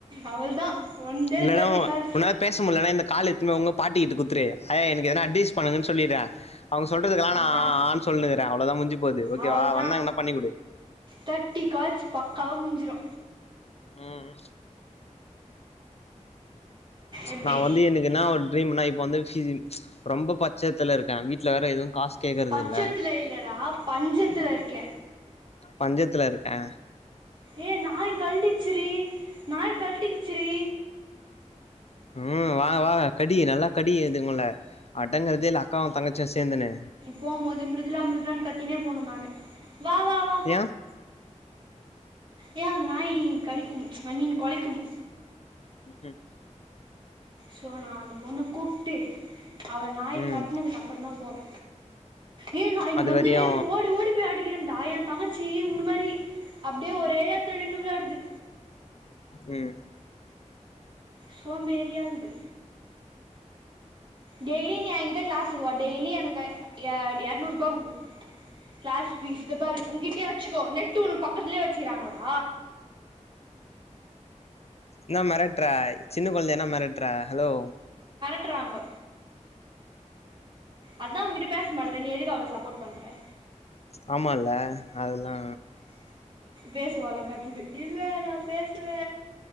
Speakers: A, on the right; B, on the left.
A: அவ்ள்தா ஒண்டேல
B: இல்லனா
A: தேர்டி கால்ஸ்
B: உன்னால பேச முடியலன்னா இந்த கால எத்துனுபோய் உங்க பாட்டிக்கிட்டு குடுத்துரு ஆயா எனக்குஎதுனா அட்வைஸ் பண்ணுகன்னு சொல்லிறே அவங்க சொல்றதுக்கல்லா
A: அதுதான்
B: நா ஆ ஆனு சொல்லுனுகிறே அவ்வளோதா முஞ்சு போது ஓகே
A: அவள்
B: வா
A: தான்
B: வந்தாங்கன்னா பண்ணி குடு
A: தேர்ட்டி கால்ஸ் பக்காவாக முடிஞ்சிடு
B: ம்
A: எப்படி
B: நா வந்து எனக்கு என்னா ஒரு டரீம்னா இப்ப வந்து சி சி ரொம்ப பாத் பச்சத்துல இருக்கே வீட்ல வேற எதுவு காசு கேக்குறது
A: பச்சத்தில்
B: இல்ல
A: இல்லைடா பஞ்சத்தில் இருக்க
B: பஞ்சத்துல இருக்கே
A: ஏ நாய் கல்டுச்சிரி நாய் கல்டிகிச்சிடி
B: ம் வாங்க வாங்க கடி நல்லா கடி இதுங்கல அடங்கறதே இல்ல அக்காவும் தங்கச்சியு சேர்ந்துன்னு
A: போகும் போது மிருதுலா மிருதுலான்னு கத்தினே போகணு நானு வா வா வா
B: ஆ
A: ஏ அந்த நாய் கடிக்கும் ஐ மீன் கொலைக்கும்
B: ம்ஹூம்
A: ஸோ நா அந்த பொண்ண கூப்ட்டு அவ நாய்
B: ம்
A: கட்னதுக்கு அப்புற தா போவே ஏ நா இங்க
B: அது
A: வந்து
B: வரையு
A: ஓடி ஓடி போய் ஆடிக்கிறேன்டா எ தங்கச்சி உன்ன மாரி அப்டியே ஒரே எடத்துல நின்னு வெளாடுது
B: ம்
A: சோம்பேரியாக்குது டெய்லி நீ எங்கிட்ட கிளாஸ்க்கு வா டெய்லி எனக்கு இரநூருபா குடு கிளாஸ் பபீஸ் த பாரு உங்க்கிட்டேய வச்சுக்கோ நட்டு ஒண்ணு பக்கத்துலயே வச்சுக்காங்களா
B: என்னா மெரட்ற சின்ன குழந்தைய என்ன மெரட்ற ஹலோ
A: மெரட்றாங்க அதா உங்கிட்ட பேச மாட்டேது நீ எதுக்கு அவளுக்கு சப்போர்ட் பண்ற
B: ஆமால்ல அதெல்லா
A: பேசுவாலா கத்துது இல்ல நா பேசுவ